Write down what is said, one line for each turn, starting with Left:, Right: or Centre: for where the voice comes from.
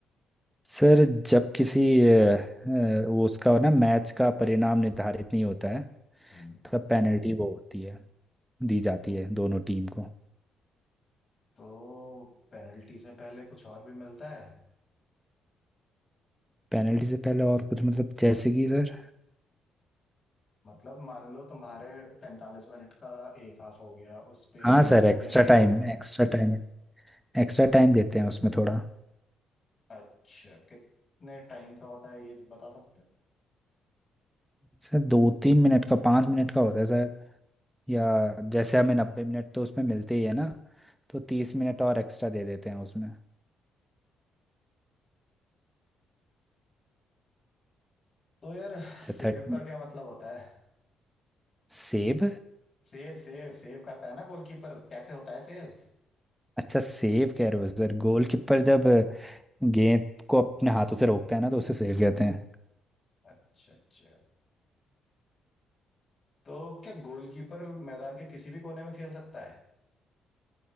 Centre: सर जब किसी अ, अ, वो उसका ना मैच का परिणाम निर्धारित नहीं होता है
Left: हम्म
Centre: तब पेनल्टी वो होती है दी जाती है दोनों टीम को
Left: तो पेनल्टी से पहले कुछ और भी मिलता है
Centre: पेनल्टी से पहले और कुछ मतलब जैसे कि सर
Left: मतलब मान लो तुम्हारे पैंतालीस मिनट का एक हाफ हो गया उस पे
Centre: हाँ sir
Left: एक
Centre: extra
Left: दो मिनट का
Centre: time
Left: ओवर टाइम
Centre: extra time extra time देते हैं उसमें थोड़ा
Left: अच्छा कितने टाइम का होता है ये बता सकते हो
Centre: सर दो तीन मिनट का पाँच मिनट का होता है सर या जैसे हमें नब्बे मिनट तो उसमें मिलते ही है ना तो तीस मिनट और एक्स्ट्रा दे देते हैं उसमें
Left: तो यार
Centre: अच्छा
Left: सेव
Centre: थर्टी
Left: का क्या मतलब होता है
Centre: सेव
Left: सेव सेव सेव करता है ना गोलकीपर कैसे होता है सेव
Centre: अच्छा सेव कह रहे हो सर गोलकीपर जब गेंद को अपने हाथों से रोकता है ना तो उसे सेव कहते हैं
Left: अच्छा अच्छा तो क्या गोलकीपर मैदान के किसी भी कोने में खेल सकता है